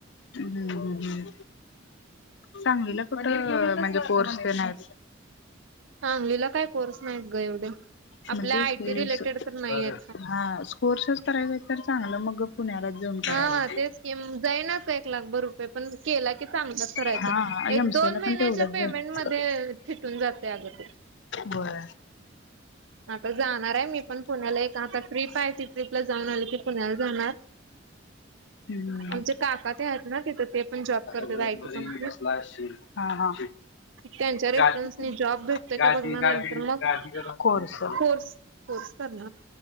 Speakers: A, on the left; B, on the right.
A: हम्म ह हम्म सांगलीला कुठं म्हणजे कोर्स- <unintelligible>
B: सांगलीला काय कोर्स नाहीत ग एवढे.
A: म्हणजे
B: आपल्या आयटी
A: की
B: रिलेटेड
A: असं
B: तर नाही
A: काय
B: आहेत
A: हा कोर्सच करायचा तर चांगला <unintelligible> मग पुण्यालाच जाऊन
B: हा
A: करायचं.
B: तेच कि मग जाईना एक लाखभर रुपये पण केला, की चांगलाच करायचा
A: हा
B: एक
A: एमसीए
B: दोन
A: ला
B: महिन्याच्या
A: पण तेवढंच
B: पेमेंट
A: झालं.
B: मध्ये फिटून जातय अग ते.
A: होय.
B: आता जाणार आहे मी पण पुण्याला. एक आता ट्रिप आहे ती ट्रिपला जाऊन आली की पुण्याला जाणार.
A: हम्म.
B: आमचे काका ते आहेत ना तिथ ते पण जॉब
A: आता
B: करताय
A: जर
B: आ य
A: घरी
B: टी कंपनीत,
A: बसला असशील हा हा.
B: त्यांच्या
A: गादी
B: रेफरन्सनी जॉब भेटतय
A: गादी
B: का बघणार
A: गादी
B: नाही तर मग-
A: गादी गरम कोर्स
B: कोर्स- कोर्स करणार